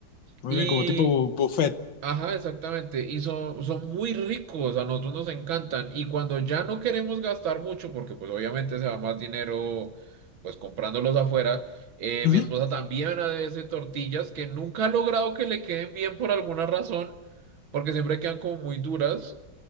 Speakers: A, on the left; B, on the right.
A: Muy
B: Y
A: bien, como tipo buffet.
B: Ajá, exactamente. Y son, son muy ricos, a nosotros nos encantan. Y cuando ya no queremos gastar mucho, porque pues obviamente se va más dinero pues comprándolos afuera, eh,
A: Ujú.
B: mi esposa también hace tortillas que nunca ha logrado que le queden bien por alguna razón, porque siempre quedan como muy duras,